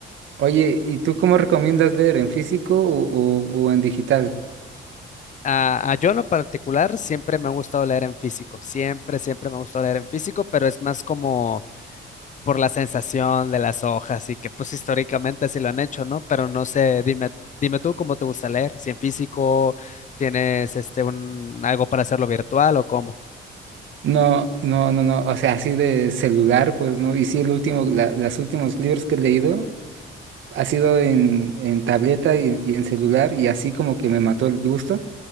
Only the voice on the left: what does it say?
A, a yo en lo particular siempre me ha gustado leer en físico, siempre, siempre me ha gustado leer en físico, pero es más como por la sensación de las hojas y que pues históricamente así lo han hecho, ¿no? Pero no sé, dime, dime tú cómo te gusta leer, si en físico tienes este un algo para hacerlo virtual o cómo.